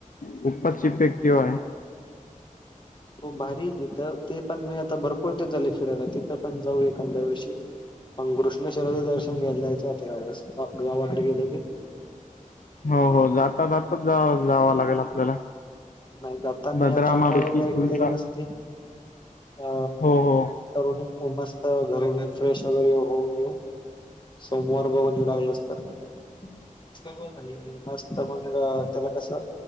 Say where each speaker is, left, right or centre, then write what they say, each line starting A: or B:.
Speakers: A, on the left (about 75°); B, on the left (about 35°).
A: खूपच इफेक्टिव्ह आहे.
B: खप भारी तिथ ते पण मी आता भरपूर ते झाले फिरायला तिथं पण जाऊ एखाद्या वर्षी. मग घृष्णेश्वर शरोद दर्शन घ्यायला जायच गावाकडे गेले ते.
A: हो हो जाता जाताच जा जाव लागेल आपल्याला.
B: नाही जातांनी
A: भद्रा
B: आता
A: मारुती
B: आंघोळ वगैरे
A: खुलता
B: केलेले नसते अ.
A: हो हो
B: ून मस्त घर फ्रेश वगैरे होऊ नऊ. सोमवार बघनऊ लागल तर आणि. मस्त मंग तला कसा.